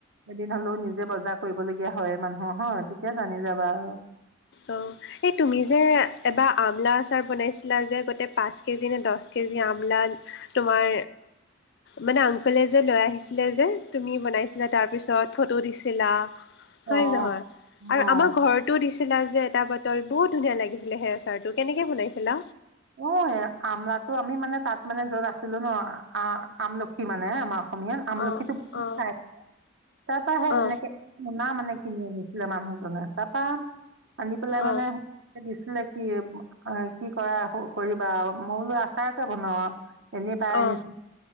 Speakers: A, on the right; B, on the left.
A: এদিন হলেও নিজে বজাৰ কৰিবলগীয়া হয় মানুহৰ হয় তেতিয়া জানি যাবা আৰু
B: অ এই তুমি যে এবাৰ আমলা আচাৰ বনাইছিলা যে গোটেই পাঁচ কেজি নে দহ কেজি আমলা তোমাৰ মানে আংকলে যে লৈ আহিছিলে যে তুমি বনাইছিলা তাৰপিছত ফটো দিছিলা হয়
A: অঁ
B: নহয় আৰু
A: অঁ
B: আমাৰ ঘৰত তটো দিছিলা যে এটা বটল বহুত ধুনীয়া লাগিছিলে সেই আচাৰটো কেনেকে বনাইছিলা?
A: অ আমলাটো আমি মানে তাত মানে যত আছিলো ন আ- আমলখি মানে আমাৰ অসমীয়াত আমলখি
B: অ
A: বহুত
B: অ
A: খাই আছে তাৰ পৰা সেই
B: অ
A: তেনেকে সোনা মানে কিনি আনিছিলে মানুহজনে তাৰপা আনি পেলাই মানে
B: অ
A: দিছিলে কি কি কৰা কৰিবা মই বোলো আচাৰকে বনাও আৰু এনেই পাই
B: অ
A: আনিছো
B: অ